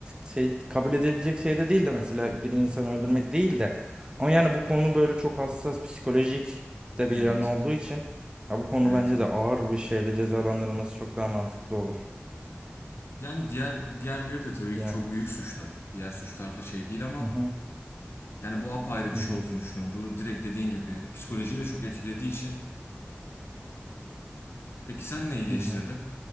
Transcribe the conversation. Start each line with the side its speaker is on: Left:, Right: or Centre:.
Right: şey kabul edebilecek şeyde değil de mesela bir insanı öldürmek değil de ama yani bu konu böyle çok hassas psikolojik de bir
Left: Evet.
Right: yan olduğu için ya bu konu
Left: Evet
Right: bence
Left: evet.
Right: de ağır bir şeyle cezalandırılması çok daha mantıklı olur.
Left: Yani diğer diğerleri de tabii
Right: Yani
Left: ki çok büyük suçlar. Diğer suçlar da şey değil ama
Right: hı hı
Left: yani bu apayrı bir
Right: hı
Left: şey
Right: hı
Left: olduğunu düşünüyorum. Bu direkt dediğin gibi psikolojiyi de çok etkilediği için. Peki sen neyi değiştirdin?
Right: hı. hı.